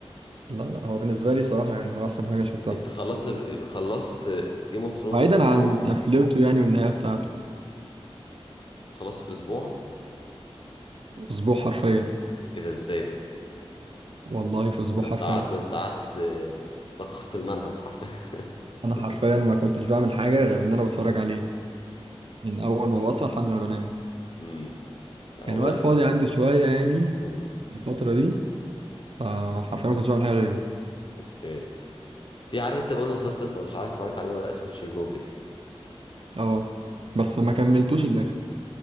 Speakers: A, on the right (about 60°); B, on the left (about 50°).
A: لا لا هو بالنسبة لي بصراحة يعني هو أحسن حاجة شفتها
B: انت خلصت خلصت جيم اوف ثرونز
A: بعيدا
B: في اسبوع
A: عن قفلته يعني والنهاية بتاعته
B: خلصته في اسبوع
A: أسبوع حرفيا
B: ايه ده ازاي ده
A: والله في أسبوع
B: ده
A: حرفيا
B: انت قعدت ده انت قعدت آه، لخصت المنهج حرفيا <laughs> في
A: أنا حرفيا
B: الأسبوع.
A: ما كنتش بعمل حاجة غير إن أنا بتفرج عليه من أول ما بصحى لحد ما بنام
B: امم لا
A: كان
B: والله
A: وقت
B: ف...
A: فاضي عندي شوية يعني
B: امم
A: في الفترة دي فحرفيا ما كنتش بعمل حاجة غيره
B: اوكي في عارف انت برضه مسلسل فمش عارف اتفرجت عليه ولا لأ، اسمه تشيرنوبل
A: اه بس ما كملتوش الآخر